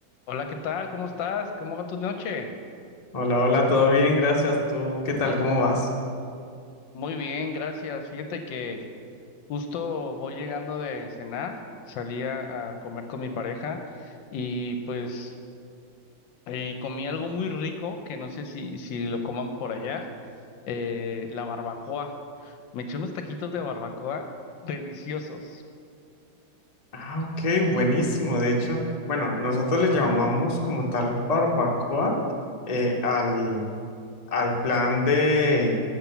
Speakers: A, on the left; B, on the left.
A: Hola, ¿qué tal? ¿Cómo estás? ¿Cómo va tu noche?
B: Hola, hola, todo bien, gracias. ¿Tú qué tal? ¿Cómo vas?
A: Muy bien, gracias. Fíjate que justo voy llegando de cenar, salí a, a comer con mi pareja y pues eh, comí algo muy rico que no sé si, si lo coman por allá, eh, la barbacoa. Me eché unos taquitos de barbacoa deliciosos.
B: Ah, ok, buenísimo. De hecho, bueno, nosotros le llamamos como tal barbacoa eh, al, al plan de,